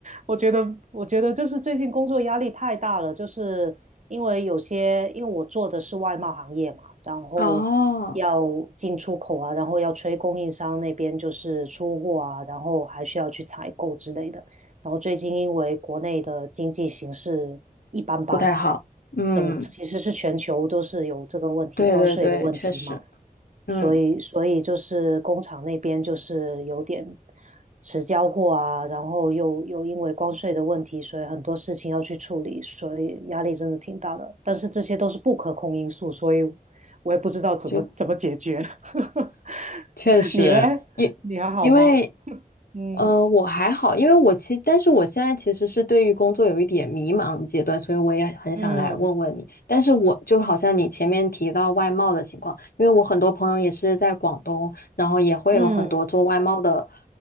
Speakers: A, on the right; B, on the left.
A: 我觉得，我觉得就是最近工作压力太大了，就是因为有些，因为我做的是外贸行业嘛，然后要进出口啊，
B: 哦，
A: 然后要催供应商那边就是出货啊，然后还需要去采购之类的。然后最近因为国内的经济形势一般般，
B: 不太好。嗯，
A: 整其实是全球都是有这个问题，
B: 对对对，
A: 关税的问题嘛。
B: 确实，嗯，
A: 所以所以就是工厂那边就是有点迟交货啊，然后又又因为关税的问题，所以很多事情要去处理，所以压力真的挺大的。但是这些都是不可控因素，所以我也不知道怎么怎么解决。
B: 就
A: <laughs>
B: 确实，
A: 你嘞？
B: 因因为，
A: 你还好吗？嗯
B: 呃，我还好，因为我其但是我现在其实是对于工作有一点迷茫的阶段，所以我也很想来问问你。
A: 嗯
B: 但是我就好像你前面提到外贸的情况，因为我很多朋友也是在广东，然后也会有很多做外贸的
A: 嗯